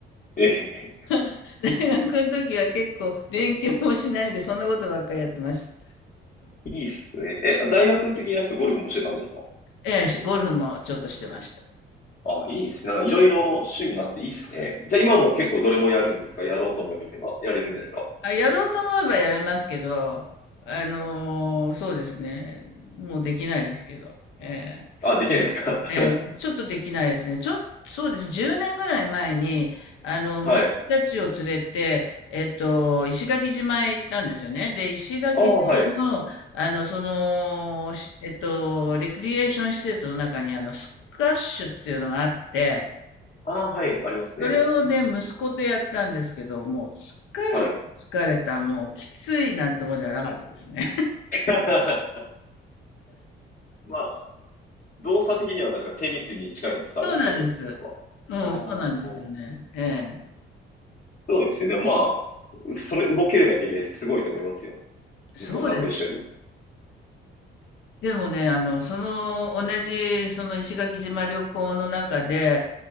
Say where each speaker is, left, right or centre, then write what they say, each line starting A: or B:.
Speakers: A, on the left; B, on the left.
A: え、
B: <laughs> 大学の時は結構勉強もしないで、そんなことばっかりやってました。
A: いいっすね。え、大学の時にあですか、ゴルフもしてたんですか
B: ええ、しゴルフもちょっとしてました。
A: ああ、いいっすね。なんかいろいろ趣味あっていいっすね。じゃあ今も結構どれもやるんですかやろうと思えば、やれるんですか
B: あ、やろうと思えばやれますけど、あのーそうですね。もうできないですけど。ええ
A: あ、できないですか
B: ええ、
A: <laughs>
B: ちょっとできないですね。ちょっとそうですね。10年ぐらい前に、あの、
A: はい。
B: 息子たちを連れて、えっと、石垣島へ行ったんですよね。で、石垣島
A: ああ、はい。
B: の、あの、その、しえっと、レクリエーション施設の中に、あの、スカッシュっていうのがあって、
A: ああ、はい。ありますね。
B: それをね、息子とやったんですけど、もう、疲れた、
A: はい。
B: 疲れた、もう、きついなんてもんじゃなかったですね。
A: <laughs> まあ、動作的にはなんですか、テニスに近いんですか、
B: <laughs>
A: あれって。
B: そうなんです。
A: やっぱ。ああ、
B: うん、
A: そ
B: そうなんですよね。ええ。
A: うですね。でもまあ、それ動けるだけですごいと思いますよ。
B: そうです。
A: 息子さんと一緒に。
B: でもね、あの、その、同じ、その石垣島旅行の中で、